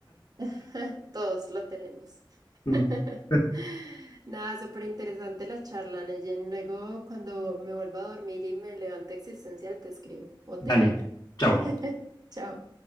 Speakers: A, on the right; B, on the left.
A: <laughs> Todos lo tenemos.
B: <laughs>
A: <laughs> Nada, súper interesante la charla, Neyen. Luego, cuando me vuelva a dormir y me levante existencial, te escribo o te
B: Dale,
A: hablo.
B: chau.
A: <laughs> Chao.